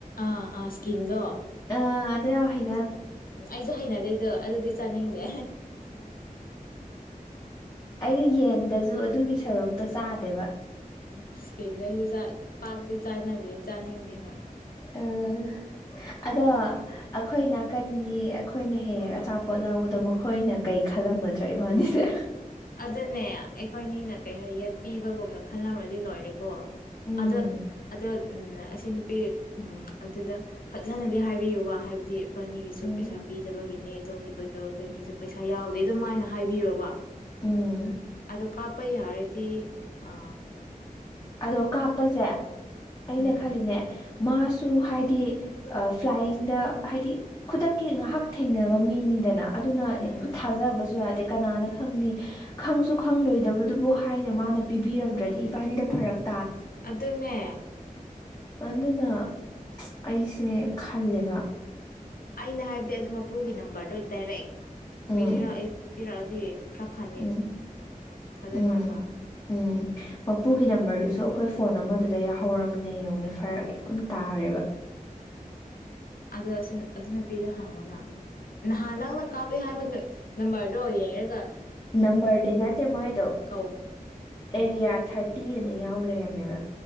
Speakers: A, on the left; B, on the left.
A: ꯑ ꯑꯥꯁꯀꯤꯟꯖꯣ
B: ꯑꯗꯨꯦ ꯍꯥꯏ
A: ꯑꯩꯁꯨꯣ ꯍꯅꯗꯦ ꯑꯗꯨꯗꯤ ꯆꯥꯅꯤꯡꯗꯦ
B: ꯑꯩꯅ ꯌꯦꯟꯗꯁꯨ ꯑꯗꯨꯒꯤ ꯁꯔꯨꯛꯇꯣ ꯆꯥꯗ ꯗꯕ
A: ꯏꯁꯀꯤꯟꯗꯩꯁꯨ ꯄꯥꯛꯇꯤ ꯆꯥꯅꯗꯦ ꯆꯥꯅꯤꯡꯗꯦ ꯍꯣꯏ
B: ꯑꯥ ꯑꯗꯣ ꯑꯩꯈꯣꯏ ꯅꯥꯀꯟꯒꯤ ꯑꯩꯈꯣꯏꯅ ꯍꯦꯛ ꯍꯦꯛ ꯑꯆꯥꯄꯣꯠ ꯂꯧꯕꯗꯣ ꯃꯈꯣꯏꯅ ꯀꯩ ꯈꯜꯂꯝꯒꯗ꯭ꯔꯣ ꯏꯕꯥꯅꯤꯁꯦ
A: ꯑꯗꯨꯗꯅ ꯑꯩꯈꯣꯏꯅꯤꯅ ꯀꯩ ꯍꯥꯏ ꯌꯦꯠ ꯄꯤꯕꯒꯨꯝꯅ ꯈꯜꯂꯝ꯭ꯔꯗꯤ ꯂꯣꯏꯔꯦꯀꯣ
B: ꯎꯝ
A: ꯑꯗ ꯑꯗ ꯎ ꯑꯁꯤ ꯅꯨꯄꯤ ꯎꯝ ꯑꯗꯨꯗ ꯐꯖꯅꯗꯤ ꯍꯥꯏꯕꯤꯌꯨ ꯋꯥ ꯍꯥꯏꯕꯗꯤ ꯕꯥꯅꯤꯒꯤꯁꯨ
B: ꯎꯝ
A: ꯄꯩꯁꯥ ꯄꯤꯗꯕꯒꯤꯅꯦ ꯇꯧꯈꯤꯕꯗꯣ ꯑꯩꯈꯣꯏꯅꯤꯁꯨ ꯄꯩꯁꯥ ꯌꯥꯎꯗꯦ ꯑꯗꯨꯝ ꯍꯥꯏꯥꯏꯅ ꯍꯥꯏꯕꯤꯔꯣꯕ
B: ꯎꯝ
A: ꯑꯗꯣ ꯀꯥꯞꯄ ꯌꯥꯔꯗꯤ ꯑ
B: ꯑꯗꯣ ꯀꯥꯞꯄꯁꯦ ꯑꯩꯅ
A: ꯎꯝ
B: ꯈꯜꯂꯤꯅꯦ ꯃꯥꯁꯨ ꯍꯥꯏꯗꯤ ꯐ꯭ꯂꯥꯏꯌꯤꯡꯗ ꯍꯥꯏꯗꯤ ꯈꯨꯗꯛꯀꯤ ꯉꯥꯏꯍꯥꯛ ꯊꯦꯡꯅꯕ ꯃꯤꯅꯤꯗꯅ ꯑꯗꯨꯅ
A: ꯎꯝ
B: ꯌꯥꯝ ꯊꯥꯖꯕꯁꯨ ꯌꯥꯗꯦ ꯀꯅꯥꯅ ꯈꯪꯅꯤ ꯈꯪꯁꯨ ꯈꯪꯂꯣꯏꯗꯕꯗꯨꯕꯨ ꯍꯥꯏꯅ ꯃꯥꯅ ꯄꯤꯕꯤꯔꯝꯗ꯭ꯔꯗꯤ ꯏꯕꯥꯅꯤꯗ ꯐꯔꯛ
A: ꯑꯗꯨ ꯑꯗꯨꯅꯦꯦ
B: ꯑꯗꯨ ꯑꯗꯨꯅ
A: ꯎꯝ
B: ꯑꯩꯁꯦ ꯈꯜꯂꯦꯕ
A: ꯑꯩꯅ ꯍꯥꯏꯕꯗꯤ ꯑꯗꯨ ꯃꯄꯨꯒꯤ ꯅꯝꯕꯔꯗꯣ ꯗꯥꯏꯔꯦꯛ
B: ꯎꯝ
A: ꯄꯤꯔ ꯄꯤꯔꯛꯑꯗꯤ ꯈꯔ ꯐꯅꯤ
B: ꯎꯝ
A: ꯐꯗꯣꯏ
B: ꯎꯝ
A: ꯃꯥꯟꯕ
B: ꯎꯝ ꯃꯄꯨꯒꯤ ꯅꯝꯕꯔꯗꯨꯁꯨ ꯑꯩꯈꯣꯏ ꯐꯣꯟ ꯑꯃꯗꯨꯗ ꯌꯥꯍꯧꯔꯝꯅꯦ ꯌꯦꯡꯉꯅꯦ ꯐꯔꯛ ꯌꯥꯝ ꯇꯥꯔꯦꯕ
A: ꯑꯗꯨ ꯑꯗꯨ ꯅꯨꯄꯤꯗ ꯍꯪꯉꯨꯅ ꯅꯍꯥꯟ ꯅꯪꯅ ꯀꯥꯞꯑꯦ ꯍꯥꯏꯕ ꯅꯝꯕꯔꯗꯣ ꯌꯦꯡꯔꯒ
B: ꯅꯝꯕꯔꯗꯤ ꯅꯠꯇꯦ ꯃꯣꯏꯗꯣ
A: ꯀꯧ ꯑꯣ
B: ꯑꯦꯔꯤꯌꯥ ꯊꯥꯔꯇꯤ ꯇꯤ ꯑꯅ ꯌꯥꯎ ꯂꯩꯔꯝꯃꯦꯕ